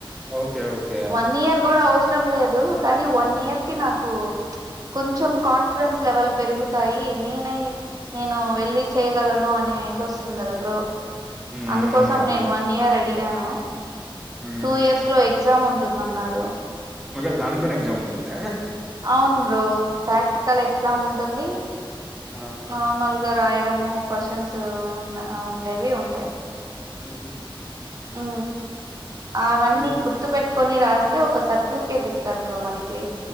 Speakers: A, in the centre; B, on the right.
A: okay okay
B: one year కూడా అవసరం లేదు కానీ వన్ ఇయర్ కి నాకు కొంచెం కాన్ఫిడెన్స్ లెవెల్ పెరుగుతాయి నేనై నేను వెళ్ళి చేయగలను అనే ఇది వస్తుంది కదా బ్రో
A: హ్మ్
B: అందుకోసం
A: హ్మ్. అవును.
B: నేను వన్ ఇయర్ అడిగాను
A: హ్మ్.
B: టూ ఇయర్స్ లో ఎగ్జామ్ ఉంటుందన్నారు
A: ఒకే దానికిగనే ఎగ్జామ్ ఉంటుందా?
B: అవును బ్రో ప్రాక్టికల్ ఎగ్జామ్ ఉంటుంది
A: ఆ!
B: నార్మల్గా రాయడము క్వాషన్స్ ఉన్నా ఉండేవి ఉంటాయి
A: ఉహు
B: ఉ అవన్నీ
A: మీన్
B: గుర్తు పెట్టు కొన్ని రాస్తే ఒక సర్టిఫికేట్ ఇస్తారు బ్రో మనకి